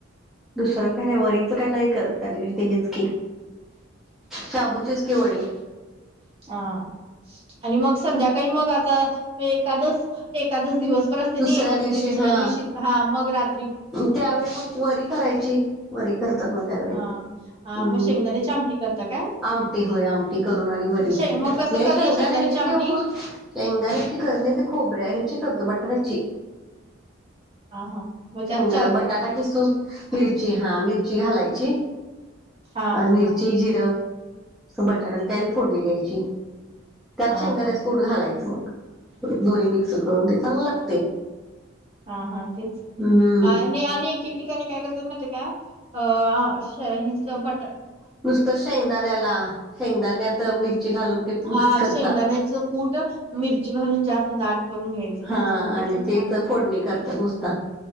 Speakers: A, in the centre; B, on the right.
A: दुसरं काही नाही वरीच काही नाही करत त्या दिवशी हेच की शाबूचेच की वडे.
B: हा आणि मग संध्याकाळी मग आता एकादस एकादच दिवसभर असते
A: दुसऱ्या
B: ना मग
A: दिवशी
B: तुम्ही दुसऱ्या
A: हा
B: दिवशी हा मग रात
A: त्यावेळी मग वरी करायची वरी करतात ना त्यावेळी.
B: हा हा
A: हम्म
B: मग शेंगदाणे चामटी करता काय?
A: आमटी होय आमटी करू ना आणि वरी
B: शे मग कसं
A: म
B: करता
A: शहिदा
B: शेंगदाण्याची
A: नच
B: आमटी
A: किऊ शेंगाची करन ते खोबर्या हची करत बटरची
B: ह हा म त्या.
A: बटाटािून मिर हा मिरची घालाची.
B: हा
A: मिरची जि बटाटा फोडणी द्यायची त्यात
B: हा
A: शेंगदा
B: हा
A: कूठ घालायचं मग दोन्ही मिक्स करून ते चांगलं लागतंय.
B: हा हा तेच
A: हम्म
B: नाही आणि एक एक ठिकाणी काय करत्यात माहितीय काय अ अ श हिचं बट
A: नुसतं शेंगदाण्याला शेंगदाण्यात मिरची घालून ते मिक्स
B: हा
A: करतात.
B: शेंगदाण्याच कूट मिरची घालून जास्त दाट करून घ्यायचं.
A: हा
B: ते छान ते
A: आणि
B: पण छान
A: तेच
B: लागत
A: फोडणी करतात नुसत.